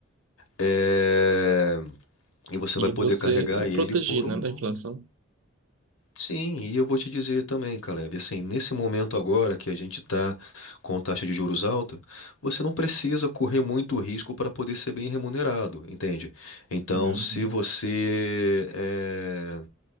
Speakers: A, on the left (about 85°); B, on the right (about 80°).
A: É, E você
B: E
A: vai poder
B: você
A: carregar
B: está protegido,
A: ele por um
B: né, da inflação?
A: Sim, e eu vou te dizer também, Caleb, assim, nesse momento agora que a gente está com taxa de juros alta, você não precisa correr muito risco para poder ser bem remunerado, entende? Então,
B: Uhum.
A: se você eh,